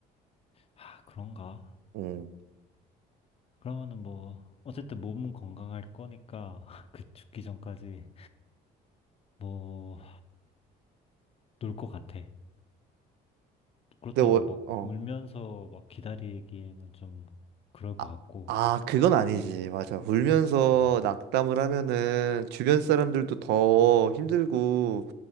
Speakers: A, on the left; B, on the right.
A: 아, 그런가?
B: 음.
A: 그러면은 뭐, 어쨌든 몸은 건강할 거니까, <laughs> 그 죽기 전까지, 뭐, 놀 것 같아. 그렇다고
B: 근데 월,
A: 막
B: 어.
A: 울면서 막 기다리기에는 좀 그럴 것
B: 아,
A: 같고,
B: 아, 그건 아니지. 맞아. 울면서
A: 어,
B: 낙담을 하면은 주변 사람들도 더 힘들고